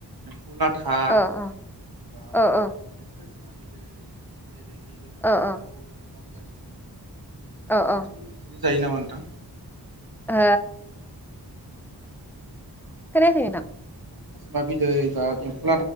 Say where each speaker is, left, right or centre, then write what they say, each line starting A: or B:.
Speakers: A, on the right; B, in the centre.
A: एमफौ लाथा
B: अ अ
A: बा
B: अ अ
A: बै खजिमा बिदै बेरे बिदै
B: अ
A: औ एमफौ जायो नोंथां
B: अ
A: नोंसोरनिथिबो
B: अ
A: बि बिदि जायो नामा नोंथां?
B: ओ खोनायाखै नोंना
A: खैजिमा बिदै बा <unintelligible>